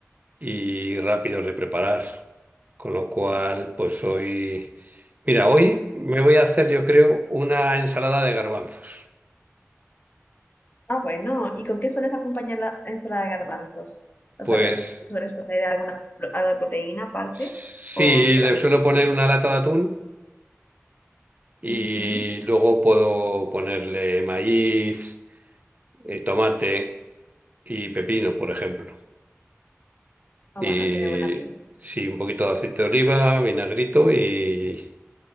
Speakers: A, on the right (about 35°); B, on the left (about 40°).
A: y rápidos de preparar, con lo cual pues hoy, mira, hoy me voy a hacer yo creo una ensalada de garbanzos.
B: Ah, bueno, ¿y con qué sueles acompañar la ensalada de garbanzos? ¿O
A: Pues
B: sea, le- sueles poner alguna, pro- algo de proteína aparte
A: sí,
B: o solamente
A: le suelo
B: ensalada?
A: poner una lata de atún. Y
B: Ujú.
A: luego puedo ponerle maíz, eh, tomate y pepino, por ejemplo.
B: Ah,
A: Y
B: bueno, tiene buena pinta.
A: sí, un poquito de aceite de oliva, vinagrito y